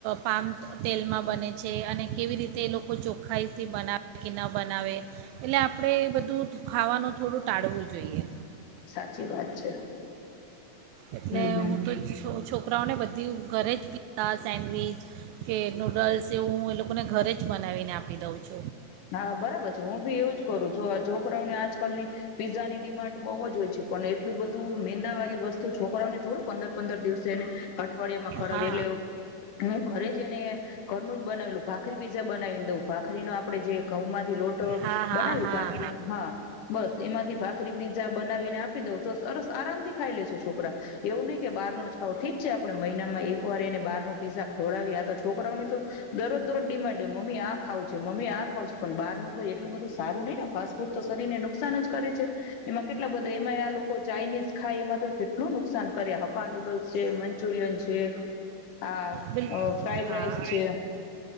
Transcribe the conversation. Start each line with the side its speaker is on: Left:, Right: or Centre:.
Right: પામ તેલમાં બને છે અને કેવી રીતે એ લોકો ચોખ્ખાઈથી બનાવે કે ન બનાવે એટલે આપણે એ બધું ખાવાનું થોડું ટાળવું જોઈએ.
Left: સાચી વાત છે.
Right: એટલે
Left: હમ હમ
Right: હું તો છ છોકરાઓને બધા તે ઘરે જ પીઝા સેન્ડવીચ કે નૂડલ્સ એવું હું એ લોકોને ઘરે જ બનાવીને આપી દઉં છું.
Left: હા બરાબર છે હું બી એવું જ કરું જો આ છોકરાઓની આજકાલની પીઝાની ડિમાન્ડ બહુ જ હોય છે પણ એટલું બધું મેંદાવાળી વસ્તુ છોકઓને થોડ પંદર પંદર દિવસ ને અઠવાડિયામાં ખરાબ
Right: હા
Left: એટલે હું ઘરે જને ઘરનું જ બનાવેલું. ભાખરી પીઝા બનાવી દઉ ભાખરીનો આપ આપણે જે ઘઉંમાં લોટો
Right: હા હા
Left: બનાવી
Right: હા
Left: ભખરી હા બસ. એમાંથી ભાખરી પીઝા બનાવીને આપી દઉં તો સરસ આરામ થી ખાઈ લેશું છોકરા. એવું નઈ કે બાર ન જ ખાવ ઠીક છે આપડે મહિનામાં એક વાર એને બાર નું પીઝા ખોડાવી આ તો છોકરાઓની તો દરોજ દરોજ ડિમાન્ડ મમ્મી આ ખાવ છે. મમ્મી આ ખાવ છ છે પણ બાર કો એલું બધું સારું નહિ ને ફાસ્ટ પર તો શરીરને નુકસાન જ કરે છે એમાં કેટલા બધા એમાં આ લોકો ચાાઈનીઝ ખાય. એમાં તો કેટ લું નુકસાન કર્યા હક્કા નુડલ્સ છે, મંચુરિયન છે. આહ
Right: બિલકુલ
Left: અહ ફ્રાઇડ
Right: હા
Left: રાઈસ છે.